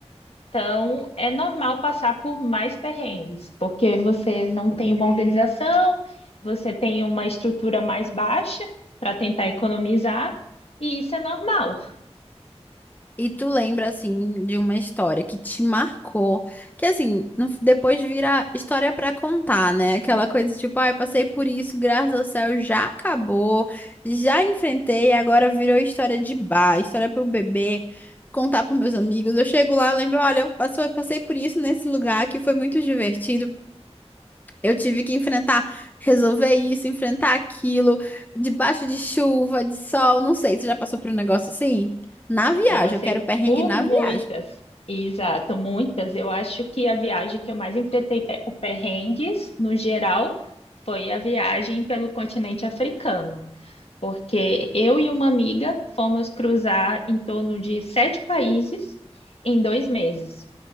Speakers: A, on the left; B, on the left.
A: Então, é normal passar por mais perrengues, porque você não tem uma organização, você tem uma estrutura mais baixa para tentar economizar, e isso é normal.
B: E tu lembra, assim, de uma história que te marcou, que, assim, no- depois vira história pra contar, né? Aquela coisa tipo, ah, eu passei por isso, graças ao céu, já acabou, já enfrentei, agora virou história de bar, história pro bebê, contar pros meus amigos. Eu chego lá, lembro, olha, eu passou- eu passei por isso nesse lugar que foi muito divertido. Eu tive que enfrentar, resolver isso, enfrentar aquilo, debaixo de chuva, de sol, não sei. Você já passou por um negócio assim? Na viagem,
A: Já passei
B: eu quero perrengue
A: por
B: na
A: muitas,
B: viagem.
A: exato, muitas. Eu acho que a viagem que eu mais enfrentei pe- por perrengues, no geral, foi a viagem pelo continente africano, porque eu e uma amiga fomos cruzar em torno de sete países em dois meses.